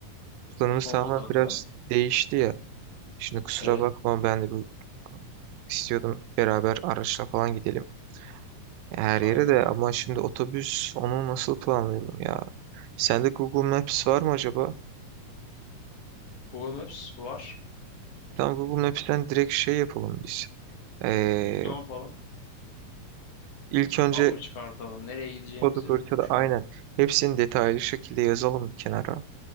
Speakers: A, on the right; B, on the left.
A: planımız
B: Ne
A: tamamen
B: oldu kanka?
A: biraz değişti ya. Şimdi kusura
B: Evet.
A: bakma ben de bu istiyordum beraber araçla falan gidelim. Her
B: Aynen
A: yere de
B: ya.
A: ama şimdi otobüs onu nasıl planlayalım ya? Sende Google Maps var mı acaba?
B: Google Maps var.
A: Tam Google Maps'ten direkt şey yapalım biz. Ee,
B: Ne yapalım?
A: ilk önce
B: Plan mı çıkartalım? Nereye gideceğimizi
A: koduk
B: mi konuşalım?
A: aynen hepsini detaylı şekilde yazalım bir kenara.